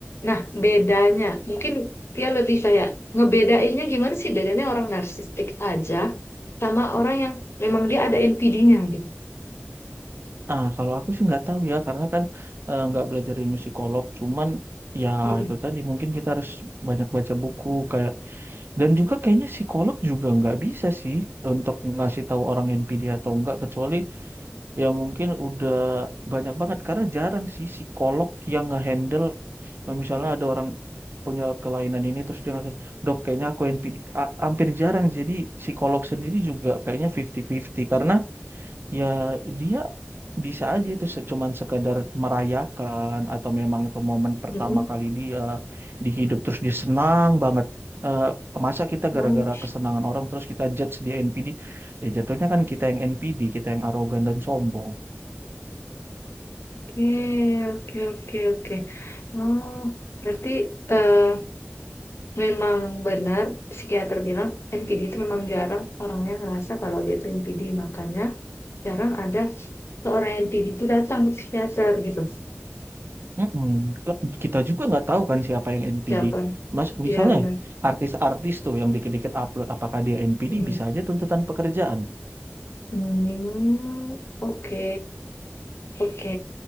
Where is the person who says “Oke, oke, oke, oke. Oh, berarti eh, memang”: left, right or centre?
Left